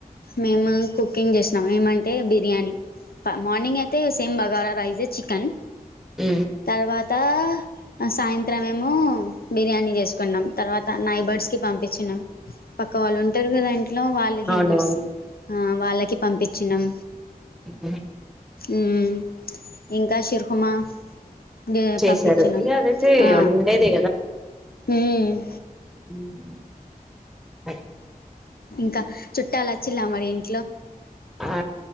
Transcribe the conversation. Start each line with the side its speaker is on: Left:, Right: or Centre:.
Left: మేము కుకింగ్ చేస్ నం ఏమంటే, బిర్యానీ. మార్నింగ్ అయితే, సేమ్ బగారా రైసె చికన్.
Centre: ఉమ్
Left: తర్వాత అ సాయంత్రం, మెమో బిర్యానీ చేసుకున్నాం. తర్వాత నైబర్స్ కి పంపించినం. పక్క వాళ్ళు ఉంటారు కదా ఇంట్లో వాళ్ళు హిందూస్.
Centre: అవునవును
Left: వాళ్ళకి పంపించినాం.
Centre: హ
Left: మ్మ్ ఇంకా షర్హుమా ది
Centre: చేశారు
Left: పంపించినం
Centre: ఇగ అదైతే
Left: ఆ
Centre: ఉండేదే
Left: హుం
Centre: మ్ బాయ్
Left: ఇంకా చుట్టాల్ వచ్చిల్ల మరి? ఇన్
Centre: ఆ